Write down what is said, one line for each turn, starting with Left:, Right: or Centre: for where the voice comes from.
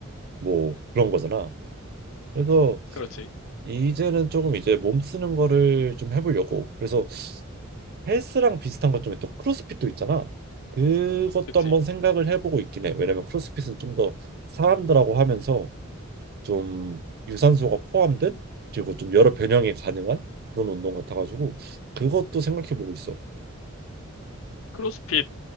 Right: 뭐 그런 거잖아. 그래서
Left: 그렇지.
Right: 이제는 조금 이제 몸 쓰는 거를 좀 해보려고. 그래서 헬스랑 비슷한 것 중에 또 크로스핏도 있잖아. 그것도
Left: 그치.
Right: 한번 생각을 해보고 있긴 해. 왜냐면 크로스핏은 좀 더 사람들하고 하면서 좀 유산소가 포함된 그리고 좀 여러 변형이 가능한 그런 운동 같아가지고 그것도 생각해보고 있어.
Left: 크로스핏